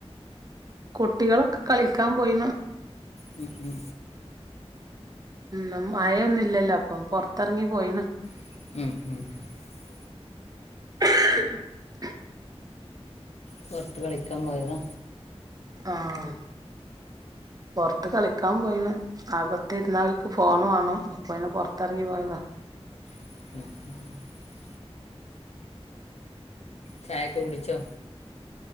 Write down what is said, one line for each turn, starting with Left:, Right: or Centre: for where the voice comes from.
Right: കുട്ടികളൊക്കെ കളിക്കാൻ പോയിന
Left: മം ഉ
Right: മ് ന്ന് മഴ യൊന്നുല്ലല്ലോ അപ്പൊ പൊറത്തിറങ്ങി പോയീണ്
Left: <inaudible>
Right: <inaudible>
Left: പൊറത്ത് കളിക്കാൻ പോയതാ
Right: ആഹ് പൊറത്ത് കളിക്കാൻ പോയിണ് അകത്തിരുന്നാ ഓൽക്ക് ഫോൺ വേണം അപ്പൊ അയ്‌ന് പൊറത്തെറങ്ങി പോയതാ പോയതാ
Left: <inaudible> ചായൊക്കെ കുടിച്ചോ